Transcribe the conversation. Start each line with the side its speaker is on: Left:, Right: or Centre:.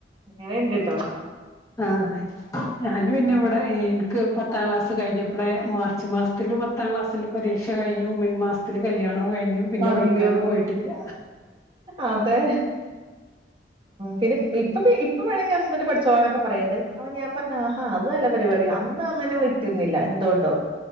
Right: അങ്ങനെ ഇണ്ട്ട്ടൊ
Left: ആഹ് ഞാനും പിന്നെ ഇവിടെ എനിക്ക് പത്താം ക്ലാസ്സ് കഴിഞ്ഞപ്പോഴേ മാർച്ച് മാസത്തിൽ പത്താം ക്ലാസ്സിൽ പരീക്ഷ കഴിഞ്ഞു മെയ് മാസത്തി ത്തില് കല്യാണവും കഴിഞ്ഞു പിന്നെ
Right: അയ്യോ
Left: പഠിക്കാനും പോയിട്ടില്ല
Right: അതെ പിന്നെ ഇപ്പൊ ഇപ്പൊ വേണെങ്കി ഹസ്ബന്റ് പഠിച്ചോളനൊക്കെ പറയണ്ണ്ട് അപ്പൊ ഞാൻ പറഞ്ഞു ആഹാ അത് നല്ല പരിപാടിയാ ഇന്നും അങ്ങനെ വിട്ടിരുന്നില്ല എന്തുകൊണ്ടോ